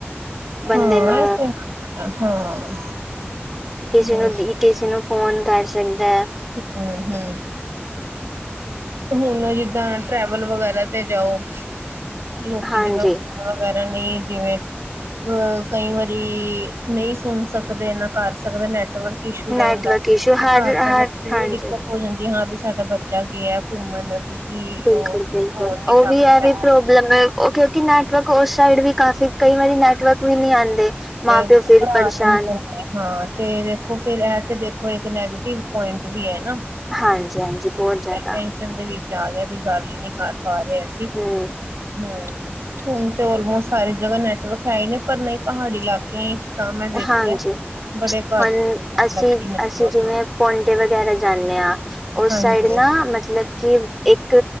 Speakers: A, in the centre; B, on the right.
A: ਬੰਦੇ
B: ਹਾਂ
A: ਨੂੰ
B: ਇਹ ਤਾਂ ਹੈ। ਹਾਂ।
A: ਕਿਸੇ
B: ਬਸ
A: ਨੂੰ ਕਿਸੇ ਨੂੰ ਫੋਨ ਕਰ ਸਕਦਾ ਹੈ।
B: ਹਮ ਹਮ। ਹੁਣ ਜਿੱਦਾਂ ਟਰੈਵਲ ਵਗੈਰਾ ਤੇ ਜਾਓ। ਲੋਕੀ
A: ਹਾਂਜੀ
B: ਜਿਵੇ ਓਹ ਕਰਨ ਦੀ ਜਿਵੇਂ। ਅ ਕਈ ਵਾਰੀ ਨਹੀਂ ਸੁਣ ਸਕਦੇ ਨਾ ਕਰ ਸਕਦੇ। ਨੈਟਵਰਕ ਇਸ਼ੂ
A: ਨੈਟਵਰਕ
B: ਰਹਿਦਾ।
A: ਇਸ਼ੂ
B: ਘਰ
A: ਹਰ
B: ਦੀਆਂ
A: ਹਰ
B: ਕੋਈ
A: ਹਾਂਜੀ
B: ਦਿੱਕਤ ਹੋ ਜਾਂਦੀ। ਹਾਂ ਵੀ ਸਾਡਾ ਬੱਚਾ ਗਿਆ ਘੁੰਮਣ ਵੀ। ਕੀ
A: ਬਿਲਕੁਲ
B: ਉਹ
A: - ਬਿਲਕੁਲ
B: ਫੋਨ
A: ਉਹ
B: ਨੀ ਚੱਕਦਾ
A: ਵੀ ਇਹ ਵੀ ਪ੍ਰੋਬਲਮ ਹੈ। ਕਿਉਂਕਿ ਨੈਟਵਰਕ ਉਸ ਸਾਈਡ ਵੀ ਕਾਫੀ। ਕਈ ਵਾਰੀ ਨੈਟਵਰਕ ਵੀ ਨਹੀਂ ਆਉਂਦੇ। ਮਾਂ - ਪਿਓ
B: ਭਰਾ
A: ਫਿਰ ਪਰੇਸ਼ਾਨ।
B: ਦਿੰਦੇ ਹਾਂ ਤੇ ਦੇਖੋ। ਫਿਰ ਇਹ ਤੇ ਦੇਖੋ ਇੱਕ ਨੈਗੇਟਿਵ ਪੁਆਇੰਟ ਵੀ ਹੈ ਨਾਂ।
A: ਹਾਂਜੀ - ਹਾਂਜੀ ਬਹੁਤ ਜ਼ਿਆਦਾ।
B: ਟੈਸ਼ਨ ਦੇ ਵਿੱਚ ਆ ਗਿਆ ਵੀ। ਗੱਲ ਨਹੀਂ ਕਰ ਪਾ ਰਹੇ ਅਸੀਂ।
A: ਹੂੰ
B: ਹਮ ਹੁਣ ਤੇ ਆਲਮੋਸਟ ਸਾਰੀ ਜਗ੍ਹਾ ਨੈਟਵਰਕ ਹੈ ਹੀ ਨੇ। ਪਰ ਨਹੀਂ ਪਹਾੜੀ ਇਲਾਕਿਆਂ ਵਿੱਚ ਤਾਂ ਮੈਂ ਵੇਖਿਆ
A: ਹਾਂਜੀ।
B: ਬੜੇ ਘੱਟ
A: ਹੁਣ
B: ਮਤਲਬ
A: ਅਸੀਂ
B: ਕਿ ਨੈਟਵਰਕ
A: ਅਸੀਂ ਜਿਵੇਂ
B: ਆਂਦੇ ਨੇ
A: ਪੋਂਟੇ ਵਗੈਰਾ ਜਾਂਦੇ ਹਾਂ ਉਸ
B: ਹਾਂਜੀ
A: ਸਾਈਡ ਨਾ ਮਤਲਬ ਕਿ ਇੱਕ।